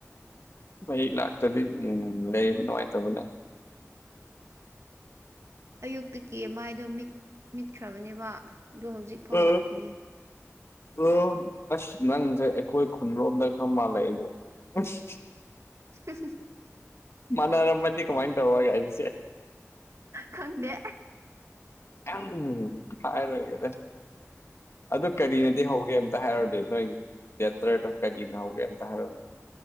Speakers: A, on the left; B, on the right.
A: ꯃꯩ ꯂꯥꯛꯇ꯭ꯔꯗꯤ ꯎꯝ ꯂꯩꯕ ꯅꯨꯡꯉꯥꯏꯇꯕꯅꯦ
B: ꯑꯌꯨꯛꯇꯒꯤ ꯃꯥꯏꯗꯣꯠ ꯃꯤꯠꯈ꯭ꯔꯕꯅꯦꯕ ꯑꯗꯨ ꯍꯧꯖꯤꯛ ꯐꯥꯎ
A: ꯎꯝ
B: ꯂꯥꯛꯇꯦꯅꯦ
A: ꯑꯣ ꯑꯁ ꯅꯪꯁꯦ ꯑꯩꯈꯣꯏ ꯈꯨꯟꯔꯣꯝꯗ ꯈꯔ ꯃꯥꯜꯂꯏꯕꯣ ꯑꯁ
B: <unintelligible>
A: ꯃꯅꯥꯔꯝꯕ ꯀꯃꯥꯏ ꯇꯧꯋꯥꯕ ꯑꯩ ꯍꯥꯏꯕꯁ
B: ꯈꯪꯗꯦ
A: ꯎ ꯍꯥꯏꯔꯣꯏꯒꯦꯗ ꯑꯗꯨ ꯀꯔꯤꯅꯗꯤ ꯍꯧꯒꯦ ꯑꯝꯇ ꯍꯥꯏꯔꯗꯤ ꯅꯣꯏꯒꯤ ꯗꯇꯔꯦ ꯀꯔꯤꯅ ꯍꯧꯒꯦ ꯑꯃꯇ ꯍꯥꯏꯔꯛꯎꯅ